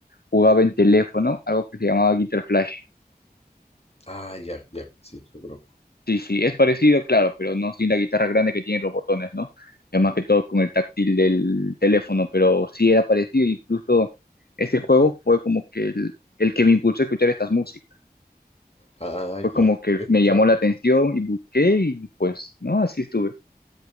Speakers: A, on the left (about 70°); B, on the left (about 40°).
A: jugaba en teléfono, algo que se llamaba Guitar Flash.
B: Ah, ya, ya, sí, lo conozco.
A: Sí, sí, es parecido, claro, pero no sin la guitarra grande que tiene los botones, ¿no? Es más que todo con el táctil del teléfono, pero sí era parecido, incluso ese juego fue como que el, el que me impulsó a escuchar estas músicas.
B: Ah, ya.
A: Fue como que
B: ¿Qué escuchabas
A: me llamó
B: tú?
A: la atención y busqué y pues, ¿no? Así estuve.